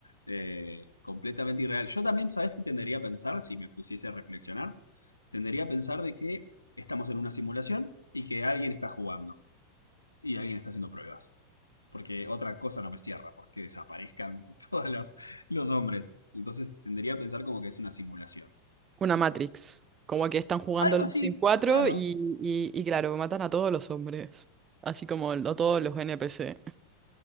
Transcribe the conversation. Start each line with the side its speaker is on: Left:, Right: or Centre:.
Left: eh, completamente irreal. Yo también, ¿sabes qué tendería a pensar si me pusiese a reflexionar? Tendería a pensar de que estamos en una simulación y que alguien está jugando y alguien está haciendo pruebas. Porque otra cosa no me cierra, porque desaparezcan <laughs> todos los, los hombres. Entonces tendería a pensar como que es una simulación.
Right: Una Matrix. Como que están jugando
Left: Algo
Right: los
Left: así,
Right: Sims 4
Left: claro.
Right: y, y, y claro, matan a todos los hombres. Así como a todos los NPC.